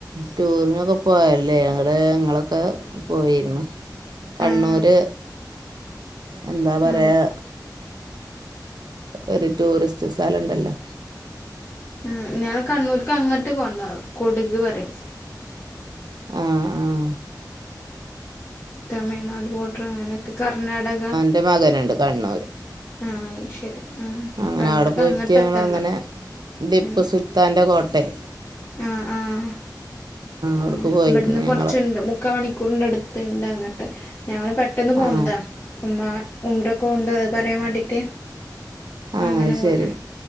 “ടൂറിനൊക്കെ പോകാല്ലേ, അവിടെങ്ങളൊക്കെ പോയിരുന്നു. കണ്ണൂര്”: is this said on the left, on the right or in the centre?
Right